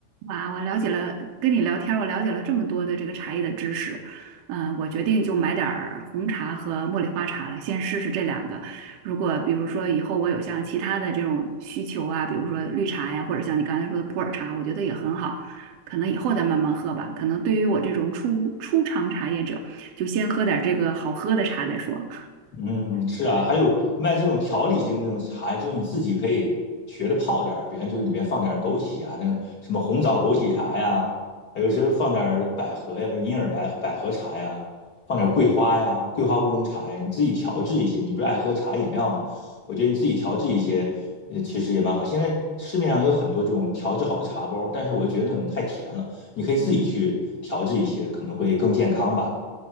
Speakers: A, on the right; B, on the left.
A: 哇，我了解了，跟你聊天儿我了解了这么多的这个茶叶的知识，嗯，我决定就买点儿红茶和茉莉花茶了，先试试这两个。如果比如说以后我有像其他的这种需求啊，比如说绿茶呀，或者像你刚才说的普洱茶，我觉得也很好，可能以后再慢慢喝吧。可能对于我这种初初尝茶叶者，就先喝点儿这个好喝的茶再说。
B: 嗯，是啊，还有卖这种调理型这种茶，就你自己可以学着泡点儿，比方就是里边放点儿枸杞啊，那个什么红枣枸杞茶呀，还有时候放点儿百合呀，不银耳百合百合茶呀，放点儿桂花呀，桂花乌龙茶呀，你自己调制一些。你不是爱喝茶饮料吗？我觉得你自己调制一些，呃，其实也蛮好。现在市面上也有很多这种调制好的茶包儿，但是我就觉得那种太甜了，你可以自己去调制一些，可能会更健康吧。